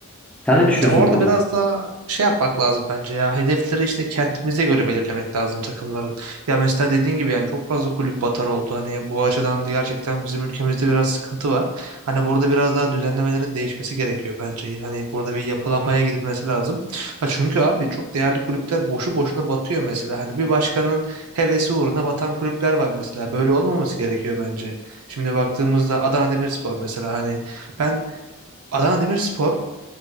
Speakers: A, in the centre; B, on the right.
A: Sen ne düşünüyorsun
B: ya orada
A: bu konuda?
B: biraz daha şey yapmak lazım bence ya. Hedefleri işte kendimize göre belirlemek lazım takımların. Ya mesela dediğin gibi yani çok fazla kulüp batar oldu. Hani bu açıdan gerçekten bizim ülkemizde biraz sıkıntı var. Hani burada biraz daha düzenlemelerin değişmesi gerekiyor bence. Hani burada bir yapılanmaya gidilmesi lazım. Ha çünkü abi çok değerli kulüpler boşu boşuna batıyor mesela. Hani bir başkanın hevesi uğruna batan kulüpler var mesela. Böyle olmaması gerekiyor bence. Şimdi baktığımızda Adana Demirspor mesela hani ben Adana Demirspor